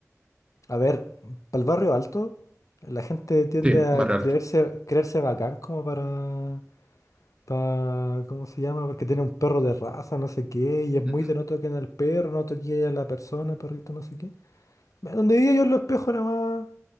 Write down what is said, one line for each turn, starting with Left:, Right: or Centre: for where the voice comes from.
Left: a ver, para el barrio alto, la gente tiende
Right: Sí,
Left: a
Right: barrio
Left: creerse,
Right: alto.
Left: creerse bacán como para, pa- ¿cómo se llama? Porque tiene un perro de raza, no sé qué, y es muy
Right: Ujú.
Left: de no toquen al perro, no toquen a la persona, perrito, no sé qué. Donde vivía yo en los espejos era más,